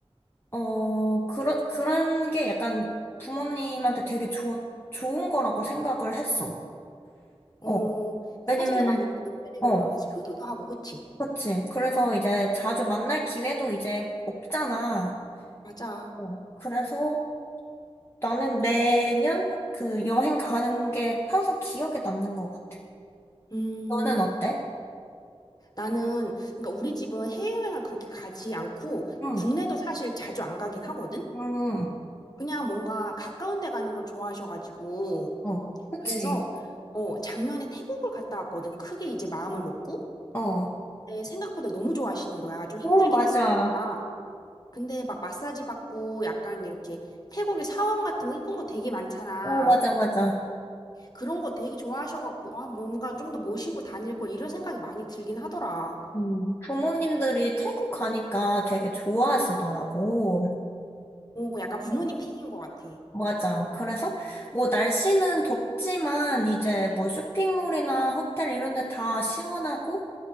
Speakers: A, on the left (about 25°); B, on the left (about 40°).
A: 어, 그런 그런 게 약간 부모님한테 되게 좋 좋은 거라고 생각을 했어.
B: 어,
A: 어.
B: 사진도
A: 왜냐면은
B: 많이 찍어드리고
A: 어.
B: 이러면서 효도도 하고, 그치?
A: 그렇지. 그래서 이제 자주 만날 기회도 이제 없잖아.
B: 맞아.
A: 어. 그래서 나는 매년 그 여행 가는 게 항상 기억에 남는 것 같아.
B: 음,
A: 너는 어때?
B: 나는, 그러니까 우리 집은 해외여행을 그렇게 가지 않고
A: 응.
B: 국내도 사실 자주 안 가긴 하거든?
A: 응.
B: 그냥 뭔가 가까운 데 가는 걸 좋아하셔가지고.
A: 응. 어. 그치.
B: 그래서, 어, 작년에 태국을 갔다 왔거든. 크게 이제 마음을 먹고.
A: 어.
B: 근데 생각보다 너무 좋아하시는 거야. 좀 힘들긴
A: 어, 맞아.
B: 했어, 내가. 근데 막 마사지 받고 약간 이렇게 태국의 사원 같은 거 이쁜 거 되게 많잖아.
A: 어, 맞아, 맞아.
B: 그런 거 되게 좋아하셔갖고, 아, 뭔가 좀 더 모시고 다닐 걸 이런 생각이 많이 들긴 하더라.
A: 음, 부모님들이 태국 가니까 되게 좋아하시더라고.
B: 오, 약간 부모님
A: 네.
B: 픽인 것 같아.
A: 맞아. 그래서 뭐 날씨는 덥지만 이제 뭐 쇼핑몰이나 호텔 이런 데 다 시원하고